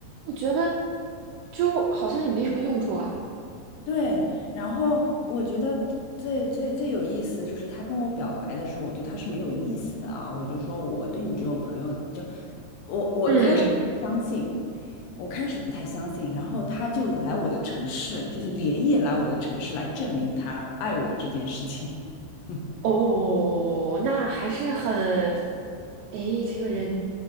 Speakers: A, on the right; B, on the left.
A: 我觉得就好像也没什么用处啊。
B: 对，然后我觉得最最最有意思的就是他跟我表白的时候，我对他是没有意思的啊，我就说我对你只有朋友，就我我开始相信，
A: 嗯，
B: 我开始不太相信，然后他就来我的城市，就是连夜来我的城市来证明他爱我这件事情，<laughs> 嗯，
A: 哦，哦哦哦那还是很，哎，这个人，